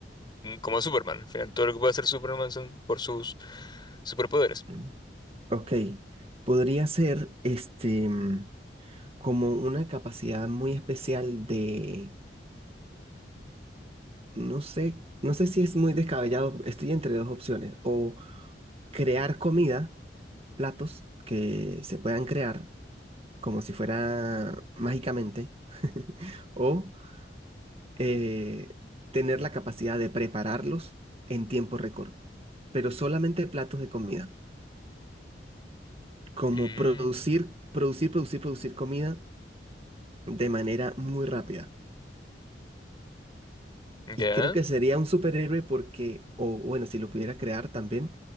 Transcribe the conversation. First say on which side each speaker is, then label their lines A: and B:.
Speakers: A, on the left; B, on the right.
A: mm, como Superman. Al final, todo lo que puede hacer Superman son por sus superpoderes.
B: Mm. Ok. Podría ser este em, como una capacidad muy especial de. No sé, no sé si es muy descabellado. Estoy entre dos opciones. O crear comida platos que se puedan crear como si fuera mágicamente <laughs> o eh, tener la capacidad de prepararlos en tiempo récord, pero solamente platos de comida, como
A: Mm,
B: producir, producir, producir, producir comida de manera muy rápida. Y
A: ya.
B: creo que sería un superhéroe porque, o bueno, si lo pudiera crear también,